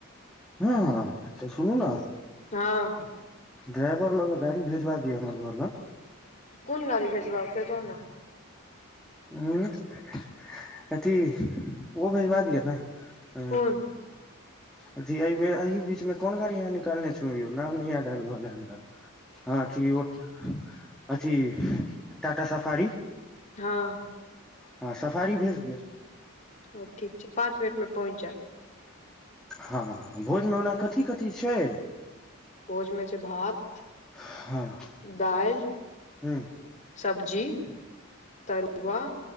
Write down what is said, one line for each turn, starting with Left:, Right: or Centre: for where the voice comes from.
Centre: हँ हँ सुनू ने
Left: हँ
Centre: ड्राइवर लऽ क गाड़ी भेजबा दिय हमर घर ल
Left: कोन गाड़ी भेजबाब से कहु न
Centre: ह अथी ओ भेजबा दिअ न हँ
Left: कोन
Centre: अथी एहि अही बीच में कोन गाड़ी अहाँ निकालने छलहु यौ नाम नहि याद आबि रहल हे हमरा हँथ ओ अथि टाटा सफारी
Left: हँ
Centre: हँ सफारी भेज दिअ
Left: ओ ठीक छै पाँच मिनट में पहुँच जायत
Centre: हँ भोज में ओना
Left: ह
Centre: कथी कथी छै
Left: भोज में छै भात
Centre: हँ
Left: दाइल
Centre: हँ
Left: सब्जी तरुआ